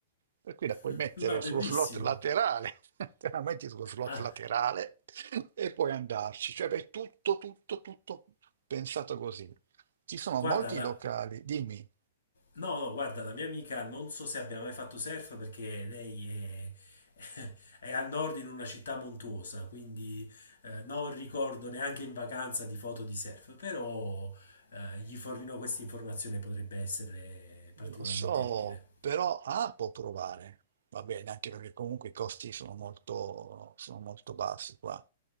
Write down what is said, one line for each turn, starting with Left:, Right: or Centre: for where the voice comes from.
Right: Per cui la puoi
Left: <laughs>
Right: mettere
Left: Ma bellissimo!
Right: sullo slot laterale, <laughs> te la metti sullo slot
Left: Ah,
Right: laterale <laughs> e puoi andarci. Cioè, è tutto, tutto, tutto pensato così. Ci sono
Left: guarda,
Right: molti
Left: la-
Right: locali, dimmi.
Left: No, no, guarda, la mia amica non so se abbia mai fatto surf perché lei è, <laughs> è a nord in una città montuosa, quindi eh, non ricordo neanche in vacanza di foto di surf, però eh, gli fornirò questa informazione, potrebbe essere particolarmente
Right: Lo so,
Left: utile.
Right: però ah, può provare, va bene, anche perché comunque i costi sono molto, sono molto bassi qua.